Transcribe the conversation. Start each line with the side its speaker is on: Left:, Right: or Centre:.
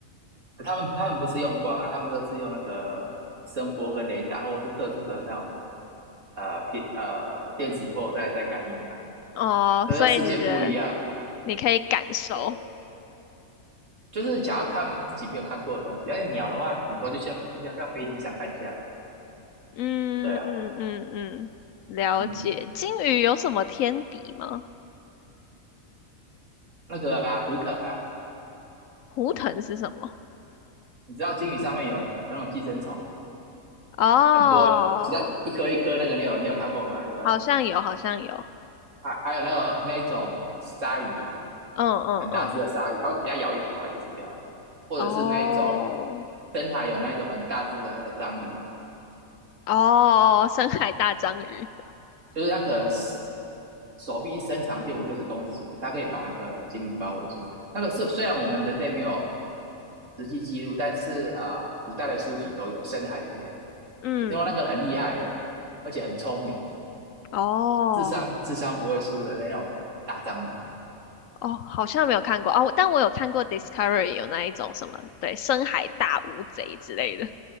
Right: 他们他们不是用光啊，他们都是用那个声波跟雷达，或者是特殊的那种呃频呃电磁波在在感应的啊。
Left: 哦，
Right: 那在世界不一样啊，
Left: 所以你觉得你可以感受？
Right: 对，就是想要看自己没有看过的东西。而且鸟的话，顶多就像就像像飞机上看下来，
Left: 嗯嗯嗯嗯，
Right: 对啊，
Left: 了解。
Right: 嗯，
Left: 鲸鱼有什么天敌吗？
Right: 那个啊，胡腾啊，
Left: 胡腾是什么？
Right: 你知道鲸鱼上面有有那种寄生虫，
Left: 哦，
Right: 很多，其他一颗一颗那个你有你有看过吗？那个
Left: 好像有，好像有。
Right: 还还有那个那一种鲨鱼啊。
Left: 嗯嗯嗯，
Right: 很大只的鲨鱼，它会给它咬一口啊就死掉了，或者是那一种
Left: 哦
Right: 深海有那一种很大只的那个章鱼啊，
Left: 哦，深海大章鱼，
Right: 就是它可能手臂一伸长就五六十公尺，它可以把那个鲸鱼包围住。那个是虽然我们人类没有实际记录，但是啊、呃古代的书籍都有深海里面
Left: 嗯，
Right: 有听过那个很厉害的，而且很聪明，
Left: 哦
Right: 智商智商不会输的那种大章鱼。
Left: 哦，好像没有看过哦，但我有看过 Discovery 有那一种什么，对，深海大乌贼之类的。